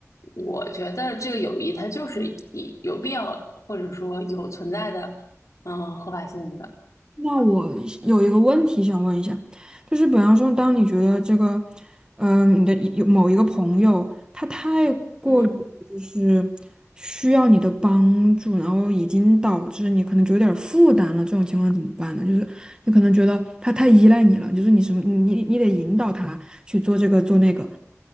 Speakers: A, on the left; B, on the right.
A: 我觉得这个友谊它就是一有必要或者说有存在的，嗯，合法性的。
B: 那我有一个问题想问一下，就是比方说，当你觉得这个，嗯、你的一有某一个朋友，他太过于就是需要你的帮助，
A: 嗯
B: 然后已经导致你可能就有点儿负担了，这种情况怎么办呢？就是你可能觉得他太依赖你了，就是你什么，你你得引导他去做这个做那个，